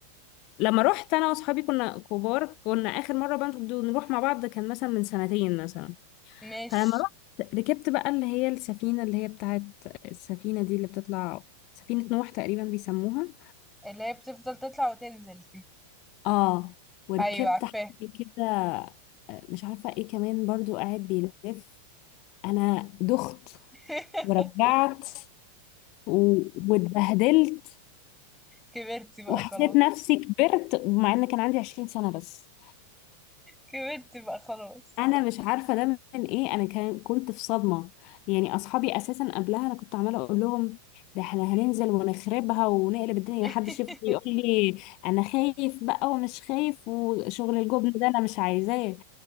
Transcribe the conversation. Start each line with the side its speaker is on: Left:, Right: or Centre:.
Left: لما رحت انا واصحابي كنا كبار كنا اخر مره بقى بنروح نروح مع بعض كان مثلا من سنتين مثلا
Centre: مش
Left: فلما رحت ركبت بقى اللي هي السفينه اللي هي بتاعت السفينه دي اللي بتطلع سفينه نوح تقريبا بيسموها
Centre: اللي هي بتفضل تطلع وتنزل دي
Left: اه وركبت
Centre: ايوه عارفاه
Left: حد كده مش عارفه ايه كمان برضو قاعد بيلف انا دخت
Centre: <laughs>
Left: ورجعت و... واتبهدلت
Centre: كبرتي بقى
Left: وحسيت
Centre: خلاص
Left: نفسي كبرت مع ان كان عندي 20 سنه بس
Centre: كبرتي بقى خلاص
Left: انا مش عارفه ده من ايه انا كان كنت في صدمه يعني اصحابي اساسا قبلها انا كنت عماله اقول لهم ده احنا هننزل ونخربها ونقلب الدنيا
Centre: <laughs>
Left: محدش يفضل يقول لي انا خايف بقى ومش خايف وشغل الجبن ده انا مش عايزاه